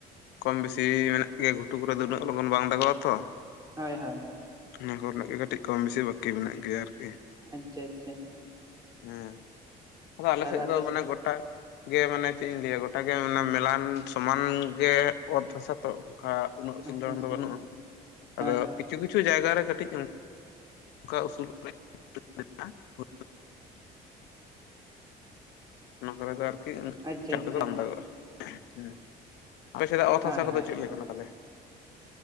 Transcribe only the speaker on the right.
ᱦᱳᱭ ᱦᱳᱭ
ᱟᱪᱪᱷᱟ ᱟᱪᱪᱷᱟ
ᱛᱟᱦᱚᱞᱮ
ᱟᱯᱮ
ᱟᱪᱪᱷᱟ
ᱟᱪᱪᱷᱟ
ᱦᱳᱭ ᱦᱳᱭ
ᱟᱪᱪᱷᱟ
ᱟᱪᱪᱷᱟ
ᱦᱳᱭ
ᱦᱳᱭ